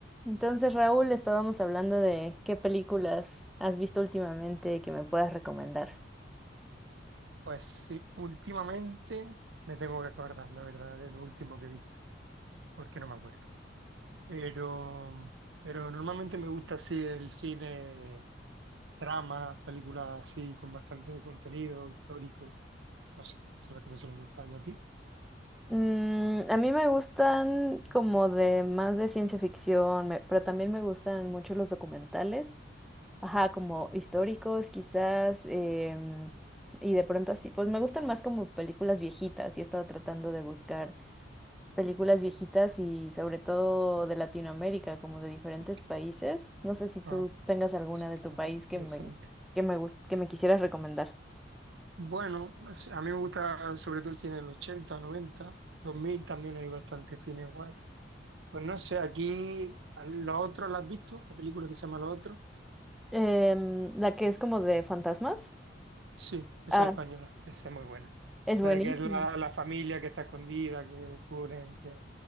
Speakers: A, in the centre; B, on the right (about 75°).
A: Entonces, Raúl, estábamos hablando de qué películas has visto últimamente que me puedas recomendar.
B: Pues sí, últimamente me tengo que acordar, la verdad, de lo último que he visto, porque no me acuerdo. Pero, pero normalmente me gusta así el cine, tramas, películas así con bastante contenido histórico, no sé, son las que me suelen gustar. ¿Y a ti?
A: Mm, a mí me gustan como de más de ciencia ficción, me- pero también me gustan mucho los documentales, ajá, como históricos quizás, em, y de pronto así, pues me gustan más como películas viejitas y he estado tratando de buscar películas viejitas y sobre todo de Latinoamérica, como de diferentes
B: ¿Qué- qué?
A: países. No sé si tú
B: Ah,
A: tengas alguna
B: eso
A: de
B: está
A: tu país
B: interesante.
A: que me, que me, gust- que me quisieras recomendar.
B: Bueno, no a mí me gusta sobre todo el cine del ochenta, noventa, dos mil también hay bastante cine guay. Pues no sé, aquí a Los Otros, ¿la has visto? La película que se llama Los Otros.
A: Em, la que es como de fantasmas.
B: Sí, esa
A: Ah,
B: es española, esa es muy buena.
A: es buenísima.
B: La de que es la, la familia que está escondida, que descubren que,